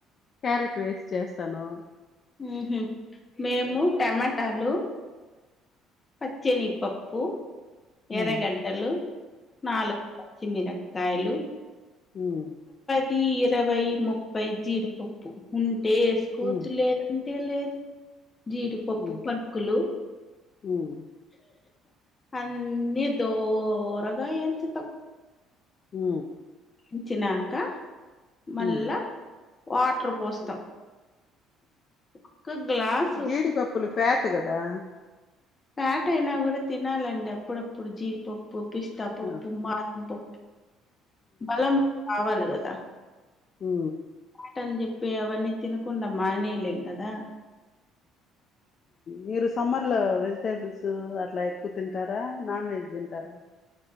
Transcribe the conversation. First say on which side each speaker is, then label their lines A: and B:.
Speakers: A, on the left; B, on the left.
A: క్యారెట్ వేసి చేస్ తను
B: ఉహు మేము టమాటాలు పచ్చనిగ పప్పు
A: ఉమ్,
B: ఎర్రగడ్డ లు నాలుగు పచ్చిమిర కాయలు
A: హమ్
B: ది ఇరవై ముప్పై జీడిపప్పు ఉం టే వేసుకోవచ్చు
A: ఉమ్,
B: లేదంటే ఏలేదు జీడిపప్పు
A: ఉమ్,
B: పలుకులు
A: ఉమ్
B: అన్ని దోరగా ఎంచుతాం
A: హ
B: ఎంచినాకా మళ్ళా
A: ఉమ్,
B: వాటర్ పోస్తాం ఒక గ్లాసు
A: జీడిపప్పులు ఫ్యాట్ అ కదా
B: ఫ్యాట అయినా కూడా తినాలండి అప్పుడప్పుడు జీరిపో పప్పుపిిస్త పప్పు
A: ఆ,
B: మా ఓ బలం కావాలగాదు కుత్త
A: ఉ
B: అట్టని చెప్పి అవన్నీ తినకుండా మానేలేం కదా
A: మీరు సమ్మత్ అలో వెజిటేబుల్స్ అట్లా ఎక్కువ తింటారా నాన్ వెజ్ తింటారా